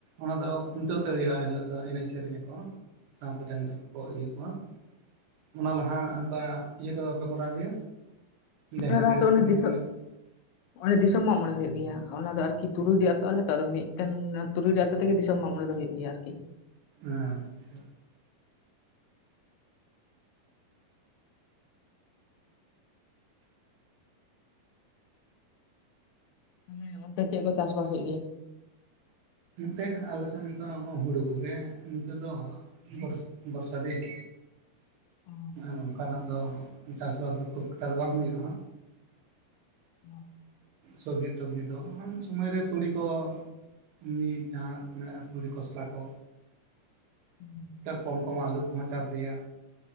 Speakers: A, on the right; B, on the left.
A: ᱚᱱᱟ ᱫᱚ ᱠᱷᱩᱱᱴᱟᱹᱣ ᱛᱮ ᱦᱩᱭᱩᱜ-ᱟ ᱮᱤᱞᱳᱜ ᱫᱚ ᱮᱱᱮᱡ ᱥᱮᱨᱮᱧ ᱟᱠᱚ ᱛᱟᱯᱚᱨ ᱰᱟᱝᱨᱤ ᱠᱚᱠᱚ ᱤᱭᱟᱹ ᱠᱚᱣᱟ ᱚᱱᱟ ᱞᱟᱦᱟ ᱚᱱᱠᱟ ᱤᱭᱟᱹ ᱠᱚᱫᱚ ᱵᱟᱯᱮ ᱠᱚᱨᱟᱣ ᱜᱮᱭᱟ ᱡᱟᱦᱮᱨ
B: ᱚᱱᱟᱛᱚ
A: ᱨᱮ ᱥᱤᱢ
B: <unintelligible> ᱚᱱᱮ ᱫᱤᱥᱟᱹ
A: ᱮᱱᱮᱡ?
B: ᱚᱱᱮ ᱫᱤᱥᱚᱢ ᱢᱟᱜ ᱢᱚᱬᱮ ᱦᱩᱭᱩᱜ ᱜᱮᱭᱟ, ᱚᱱᱟ ᱫᱚ ᱟᱨᱠᱤ ᱛᱩᱨᱩᱭᱰᱤ ᱟᱹᱛᱩ ᱟᱞᱮ ᱛᱚ ᱢᱤᱫᱴᱮᱱ ᱛᱩᱨᱩᱭ ᱟ <unintelligible> ᱫᱤᱥᱚᱢ ᱢᱟᱜ ᱢᱚᱬᱮ ᱫᱚ ᱦᱩᱭᱩᱜ ᱜᱮᱭᱟ ᱟᱨᱠᱤ
A: ᱟᱪᱪᱷᱟ
B: ᱛᱟᱦᱚᱞᱮ ᱚᱱᱛᱮ ᱪᱮᱫ ᱠᱚ ᱪᱟᱥᱵᱟᱥ ᱦᱩᱭᱩᱜ ᱜᱮᱭᱟ?
A: ᱱᱚᱛᱮ ᱟᱞᱮ ᱥᱮᱫ ᱱᱤᱛᱚᱜ ᱦᱩᱲᱩ ᱠᱚᱜᱮ ᱱᱤᱛᱚᱜ ᱫᱚ ᱵᱚᱨ ᱵᱚᱨᱥᱟ ᱫᱤᱱ
B: ᱚ
A: ᱟᱨ ᱚᱱᱠᱟᱱᱟᱜ ᱫᱚ ᱪᱟᱥᱵᱟᱥ ᱫᱚ ᱠᱷᱩᱵ ᱮᱠᱴᱟ ᱫᱚ ᱵᱟᱝ ᱦᱩᱭᱩᱜ-ᱟ᱾
B: ᱦ <unintelligible>
A: ᱥᱚᱵᱽᱡᱤ ᱴᱚᱵᱡᱤ ᱫᱚ ᱩᱱ ᱥᱚᱢᱚᱭ ᱨᱮ ᱛᱩᱲᱤ ᱠᱚ ᱮᱢᱱᱤ ᱡᱟᱦᱟᱱᱟᱜ ᱠᱚ ᱢᱮᱱᱟᱜ-ᱟ ᱛᱩᱲᱤ ᱠᱷᱚᱥᱞᱟ ᱠᱚ
B: ᱦᱮᱸ
A: ᱠᱚᱢ ᱠᱚᱢ ᱟᱹᱞᱩ ᱠᱚᱦᱚᱸ ᱪᱟᱥᱮᱭᱟ